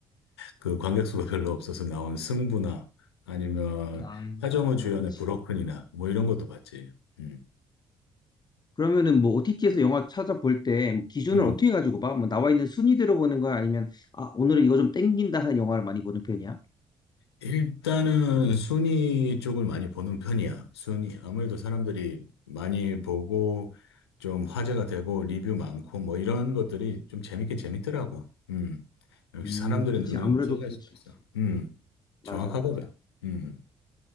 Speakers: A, on the left (about 75°); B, on the left (about 30°).
A: 그 관객수가 별로 없어서 나온 승부나 아니면
B: 아,
A: 하정우 주연의
B: 음, 그치.
A: 브로큰이나 뭐 이런 것도 봤지. 음.
B: 그러면은 뭐 OTT에서 영화 찾아볼 때 뭐 기준을
A: 음.
B: 어떻게 가지고 봐? 뭐 나와 있는 순위대로 보는 거야? 아니면 아, 오늘은 이거 좀 땡긴다 하는 영화를 많이 보는 편이야?
A: 일단은 순위 쪽을 많이 보는 편이야. 순위 아무래도 사람들이 많이 보고 좀 화제가 되고 리뷰 많고 뭐 이런 것들이 좀 재밌긴 재밌더라고. 음. 역시
B: 음,
A: 사람들의
B: 그치.
A: 눈은
B: 아무래도
A: 띄어갈
B: 그럴
A: 수가
B: 수
A: 있어.
B: 있지.
A: 음.
B: 맞아,
A: 정확하거든.
B: 맞아.
A: 음.